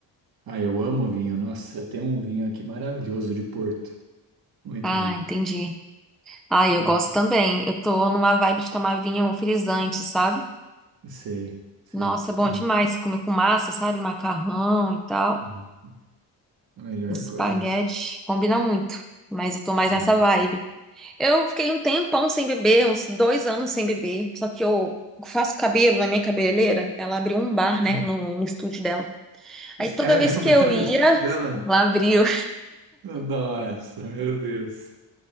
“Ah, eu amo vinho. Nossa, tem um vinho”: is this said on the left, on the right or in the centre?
Right